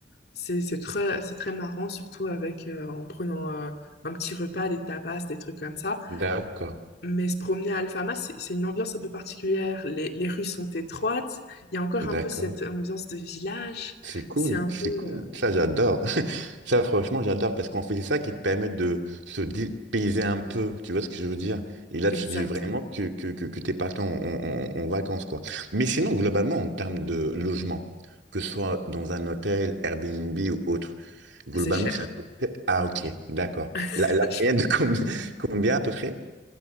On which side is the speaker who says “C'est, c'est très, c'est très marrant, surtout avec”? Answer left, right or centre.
Left